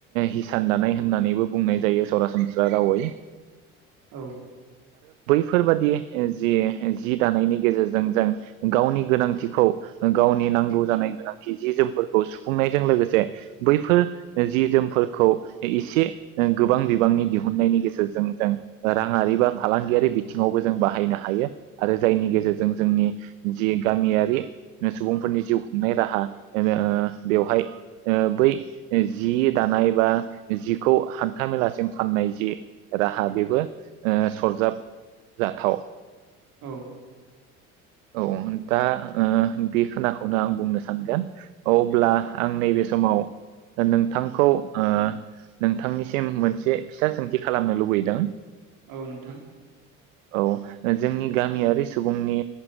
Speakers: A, on the right (about 65°); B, on the right (about 50°).
A: हिसान दानाय होननानैबो बुंनाय जायो सरासनस्रा रावै
B: औ।
A: बेफोरबायदि जि जि दानायनि गेजेरजों जों गावनि गोनांथिखौ गावनि नांगौ जानाय गोनांथि जि जोमफोरखौ सुफुंनायजों लोगोसे बैफोर जि जोमफोरखौ एसे गोबां बिबांनि दिहुननायनि गेजेरजों जों राङारि बा फालांगियारि बिथिङावबो जों बाहायनो हायो। आरो जायनि गेजेरजों जोंनि जि गामियारि सुबुंफोरनि जिउ खुंनाय राहा बिदिनो ओ बेवहाय ओ बै जि दानाय बा जिखौ हान्थाामेलासिम फाननाय जि राहा बेबो ओ सरजाबजाथाव।
B: औ।
A: औ दा ओ बे खोनाखौ खौनो आं बुंनो सानगोन अब्ला आं नैबे समाव नोंथांखौ ओ नोंथांनिसिम मोनसे फिसा सोंथि खालामनो लुबैदों।
B: औ नोंथां।
A: औ जोंनि गामियारि सुबुंनि